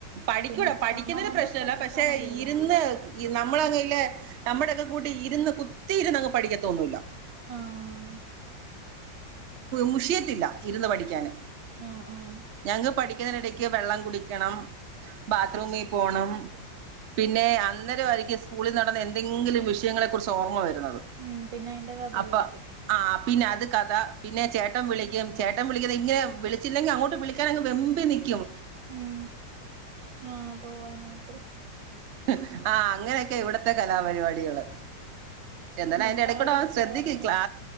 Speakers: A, on the right; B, on the right.
A: പഠിക്കുടാ
B: പിന്നെ എക്സാം
A: പഠിക്കുന്നേന്
B: ആവുമ്പോ
A: പ്രശ്
B: ശ്രദ്ധിച്ചാ
A: ല്ലാ പക്ഷെ
B: മതിയല്ലോ
A: ഇരുന്ന്
B: അധികം
A: ഇര് നമ്മളങ്ങുല്ലേ നമ്മുടൊക്കെ കൂട്ട് ഇരുന്ന് കുത്തിയിരുന്ന് അങ്ങ് പഠിക്കത്തൊന്നൂല്ല
B: ആഹ്
A: മുഷിയത്തില്ല ഇരുന്ന് പഠിക്കാന്
B: ആഹ് ആഹ്
A: ഞങ്ങക്ക് പഠിക്കതിനിടയ്ക്ക് വെള്ളം കുടിക്കണം ബാത്റൂമിൽ പോണം പിന്നെ അന്നേരായിരിക്കും സ്കൂളിൽ നടന്ന എന്തെങ്കിലും വിഷയങ്ങളെ കുറിച്ച് ഓർമ്മ വരുന്നത്
B: ഉം പിന്നെ അയ്ന്റെ കഥ
A: അപ്പൊ
B: ആയിരിക്കും
A: ആ പിന്നെ അത് കഥ പിന്നെ ചേട്ടൻ വിളിക്കും ചേട്ടൻ വിളിക്കുന്നത് ഇങ്ങനെ വിളിച്ചില്ലെങ്കി അങ്ങോട്ട് വിളിക്കാൻ അങ് വെമ്പി നിക്കും
B: ഉം ആ പോവാനായിട്ട്
A: ഹ് ആ അങ്ങനെയൊക്കെ ഇവിടത്തെ കലാപരിപാടികള് ക്ഷെ എന്നാലും അതിന്റെ
B: ഇപ്പ
A: എടകൂടെ
B: ആളെവിടെ
A: ഓൻ
B: പോയി
A: ശ്രദ്ധിക്കും
B: ഒറങ്ങിയോ
A: ക്ലാ